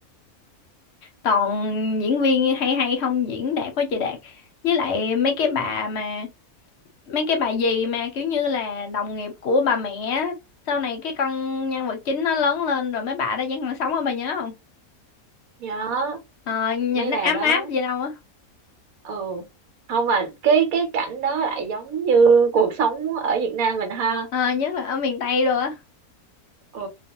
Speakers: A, on the left; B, on the right.
A: toàn diễn viên hay hay không diễn đạt quá trời đạt với lại mấy cái bà mà mấy cái bà gì mà kiểu như là đồng nghiệp của bà mẹ á. sau này cái con nhân vật chính nó lớn lên rồi mấy bà đó vẫn còn sống á bà nhớ không
B: nhớ
A: ờ, nhìn
B: mấy
A: nó
B: bà
A: ấm
B: đó
A: áp gì đâu á
B: ừ không mà cái cái cảnh đó lại giống như cuộc sống ở Việt Nam mình ha
A: ờ, nhất là ở miền Tây rồi á
B: ừ